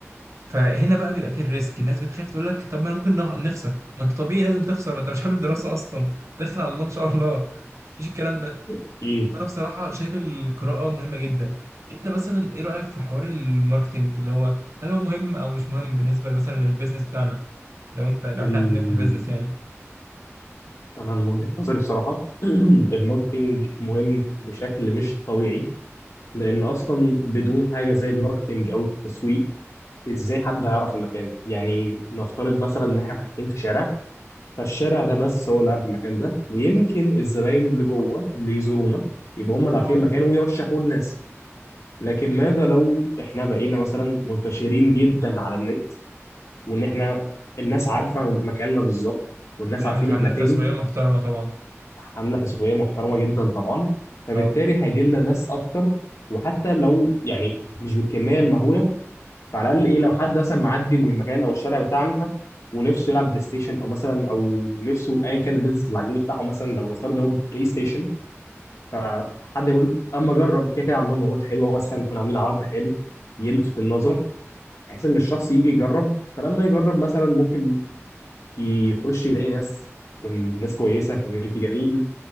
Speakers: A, on the right (about 70°); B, on the left (about 80°).
A: فهنا بقى بيبقى فيه الريسك الناس بتخاف تقول لك طب ما انا ممكن نخ- نخسر ما انت طبيعي لازم تخسر ما انت مش عامل دراسه اصلا داخل على الله ان شاء الله مفيش الكلام ده
B: اكيد
A: فانا بصراحه شايف القراءه مهمه جدا انت مثلا ايه رايك في حوار الماركتنج اللي هو هل هو مهم او مش مهم بالنسبه مثلا للبيزنس بتاعنا لو انت لو
B: ال...
A: احنا عايزين نفتح بيزنس يعني
B: انا من وجهة نظري بصراحة <clears throat> الماركتينج مهم بشكل مش طبيعي لان اصلا بدون حاجة زي الماركتينج او التسويق ازاي حد هيعرف المكان يعني نفترض مثلا ان احنا فاتحين في شارع فالشارع ده بس هو اللي عارف المكان ده ويمكن الزباين اللي جوه اللي يزورونا يبقى هم اللي عارفين
A: آه.
B: المكان ويرشحوه للناس لكن ماذا لو احنا بقينا مثلا منتشرين جدا على النت وان احنا الناس عارفه مكاننا بالظبط والناس
A: ونعمل
B: عارفين
A: حملة
B: احنا فين
A: تسويقية محترمة طبعا
B: حمله تسويقيه محترمه جدا طبعا فبالتالي
A: اه
B: هيجي لنا ناس اكتر وحتى لو يعني مش بالكميه المهوله فعلى الاقل ايه لو حد مثلا معدي من المكان او الشارع بتاعنا ونفسه يلعب بلاي ستيشن او مثلا او نفسه ايا كان البيزنس اللي عايزين نفتحه مثلا لو نفترض إن هو بلاي ستيشن فحد يقول اما اجرب كده كده عندهم عروض حلوه مثلا يكون عاملين عرض حلو يلفت النظر بحيث ان الشخص يجي يجرب فلما يجرب مثلا ممكن يخش يلاقي ناس تكون ناس كويسه كوميونتي جميل